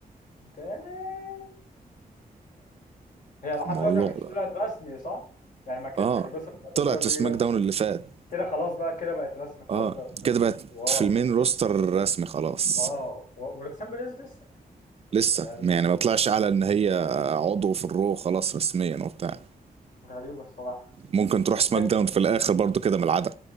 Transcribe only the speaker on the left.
دايم هي لحد
دلوقتي ما كانتش
طلعت رسمي صح؟ يعني ما كانتش
في القصه بتاع
دبليو دبليو
اي رسمي
كده خلاص بقى كده بقت رسمي خلاص
بقى
واو
واو و- وروكسان بيريز لسه
ولا هي رك-
غريبه الصراحه
تستحق